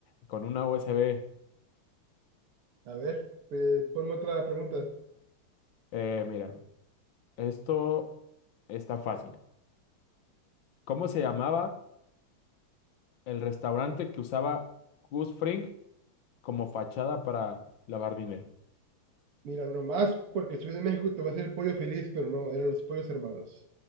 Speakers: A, on the left (about 60°); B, on the right (about 85°).
A: Con una USB.
B: A ver, pues, ponme otra pregunta.
A: Eh, mira, esto está fácil. ¿Cómo se llamaba el restaurante que usaba Gus Fring como fachada para lavar dinero?
B: Mira, nomás porque soy de México te va a hacer el pollo feliz, pero no, eran los pollos hermanos.